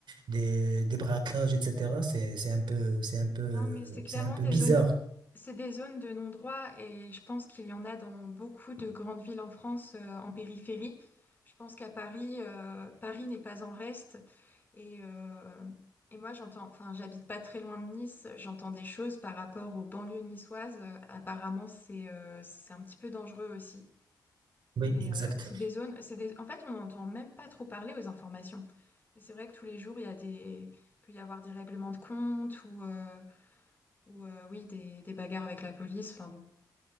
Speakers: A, on the right; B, on the left.
A: des, des braquages, etc. C'est, c'est un peu, c'est un peu,
B: Non, mais c'est clairement
A: c'est un peu
B: des
A: bizarre.
B: zones, c'est des zones de non-droit et je pense qu'il y en a dans beaucoup de grandes villes en France, euh, en périphérie. Je pense qu'à Paris, euh, Paris n'est pas en reste. Et, euh, et moi, j'entends, enfin, j'habite pas très loin de Nice, j'entends des choses par rapport aux banlieues niçoises. Euh, Apparemment, c'est euh, c'est un petit peu dangereux aussi.
A: Oui,
B: Mais
A: exact.
B: euh, c'est des zones, c'est des... En fait, on n'entend même pas trop parler aux informations. Mais c'est vrai que tous les jours, il y a des... il peut y avoir des règlements de compte ou... euh, ou euh, oui, des, des bagarres avec la police. Enfin bon.